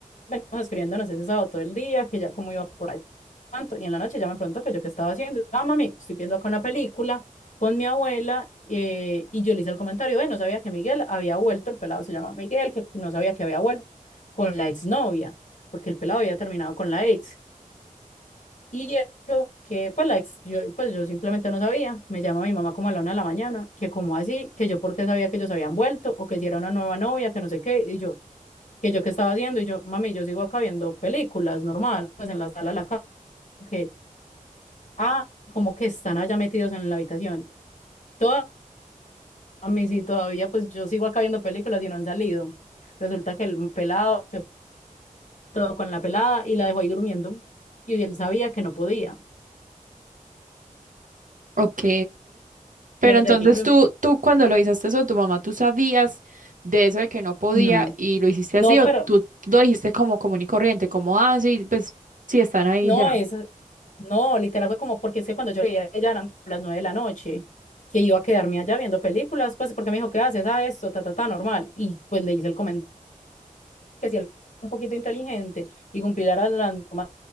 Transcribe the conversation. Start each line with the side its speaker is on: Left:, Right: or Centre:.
Left: venimos escribiéndonos ese sábado todo el día, que ya como iba por allá tanto, y en la noche ya me preguntó que yo qué estaba haciendo. Ah, mami, estoy viendo acá una película con mi abuela, eh, y yo le hice el comentario, eh, no sabía que Miguel había vuelto, el pelado se llama Miguel, que no sabía que había vuelto con la exnovia, porque el pelado había terminado con la ex. Y eso que, pues, la ex- yo, pues yo simplemente no sabía. Me llama mi mamá como a la una de la mañana, que como así, que yo porque sabía que ellos habían vuelto o que si era una nueva novia, que no sé qué. Y yo, que yo qué estaba haciendo. Y yo, mami, yo sigo acá viendo películas normal, pues en la sala de la casa. Que, ah, como que están allá metidos en la habitación. Todo, a mí sí, todavía, pues yo sigo acá viendo películas y no han salido. Resulta que el pelado se puso con la pelada y la dejó ahí durmiendo. Y él sabía que no podía.
Right: Ok, pero
Left: Y enseguida,
Right: entonces tú, tú cuando lo hiciste eso, tu mamá, ¿tú sabías de eso de que no podía
Left: no.
Right: y lo hiciste
Left: No,
Right: así o
Left: pero
Right: tú lo dijiste como común y corriente, como, ah, sí, pues sí están ahí
Left: No,
Right: ya?
Left: es, no, literal fue como porque es que cuando yo veía ella eran las nueve de la noche, que iba a quedarme allá viendo películas, pues porque me dijo, ¿qué haces? Ah, esto, ta, ta, ta, normal. Y pues le hice el comentario que si él era un poquito inteligente y cumpliera las normas